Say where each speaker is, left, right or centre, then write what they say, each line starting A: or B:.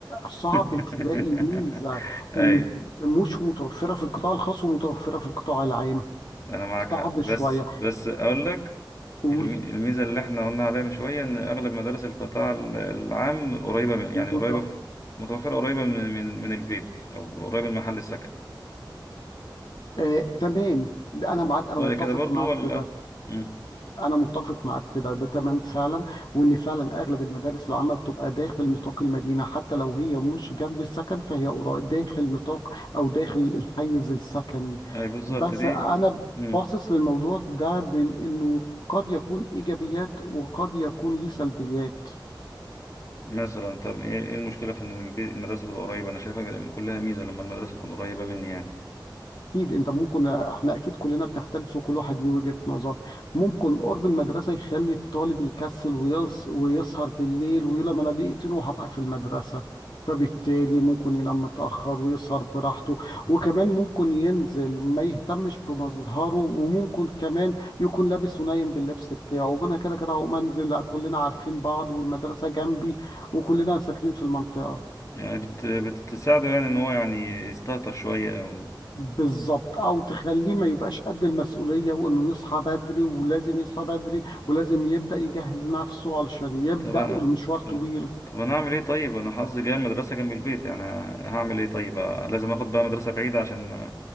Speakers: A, on the left (about 65°); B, on the left (about 40°).
A: صعب
B: <laughs>
A: تلاقي ميزة
B: اي
A: إن مش متوفرة في القطاع الخاص ومتوفرة في القطاع العام
B: انا معاك
A: صعب
B: حق بس
A: شوية
B: بس اقول لك
A: قول
B: الم- الميزة اللي احنا قلنا عليها من شوية ان اغلب مدارس القطاع ال- العام قريبة من-
A: مت...
B: يعني قريبة في- متوفرة قريبة من من من البيت او قريبة من محل السكن
A: آه،
B: س-
A: تمام
B: س-
A: ده أنا معاك أنا
B: رأيك
A: متفق
B: كده برضو
A: معاك
B: ولا
A: في ده
B: مم.
A: أنا متفق معاك في ده ده تمام فعلا وإن فعلا أغلب المدارس العامة بتبقى داخل نطاق المدينة حتى لو هي مش جنب السكن فهي قرا- داخل نطاق أو داخل الحيز السكني
B: اي بالظبط
A: بس
B: دي
A: أنا
B: مم.
A: باصص للموضوع ده من إنه قد يكون إيجابيات وقد يكون ليه سلبيات
B: مثلا طب ايه إيه المشكله في ان البي- المدرسه تبقى قريبه انا شايفها كلها ميزه لما المدرسه تكون قريبه مني يعني
A: اكيد انت ممكن احنا اكيد كلنا بنختلف وكل واحد ليه وجهة نظر ممكن قرب المدرسه يخلي الطالب يكسل ويص... ويسهر بالليل ويقول لما انا دقيقتين وهبقى في المدرسه فبالتالي ممكن ينام متاخر ويسهر براحته وكمان ممكن ينزل ما يهتمش بمظهره وممكن كمان يكون لابس ونايم باللبس بتاعه وانا كده كده هقوم انزل لا، كلنا عارفين بعض والمدرسه جنبي وكلنا ساكنين في المنطقه
B: يعني بت... بتساعده يعني ان هو يعني يستهتر شويه او
A: بالظبط او تخليه ما يبقاش قد المسؤوليه وانه يصحى بدري ولازم يصحى بدري ولازم يبدا يجهز نفسه علشان يبدا
B: طب انا
A: والمشوار طويل
B: طب, طب انا اعمل ايه طيب انا حظي جاي المدرسه جنب البيت يعني هعمل ايه طيب لازم اخد بقى مدرسه بعيده عشان